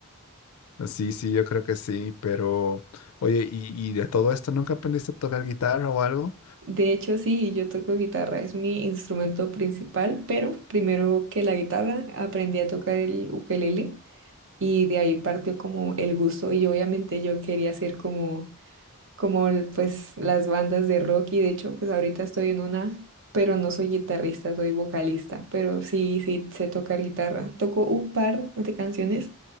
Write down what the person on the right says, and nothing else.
De hecho, sí, yo toco guitarra, es mi instrumento principal, pero primero que la guitarra aprendí a tocar el ukelele y de ahí partió como el gusto y obviamente yo quería ser como, como el- pues las bandas de rock y de hecho pues ahorita estoy en una, pero no soy guitarrista, soy vocalista, pero sí, sí sé tocar guitarra. Toco un par de canciones